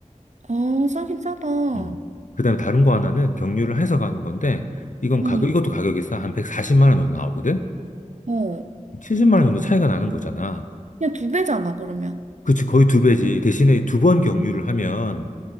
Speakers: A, on the right; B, on the left.
A: 아, 싸긴 싸다.
B: 어. 그다음에 다른 거 하나는 경유를 해서 가는 건데 이건 가격,
A: 응
B: 이것도 가격이 싸. 한 140만 원 정도 나오거든?
A: 어.
B: 70만
A: 그,
B: 원 정도 차이가 나는 거잖아.
A: 그냥 두 배잖아, 그러면.
B: 그치, 거의 두 배지. 대신에 두 번 경유를 하면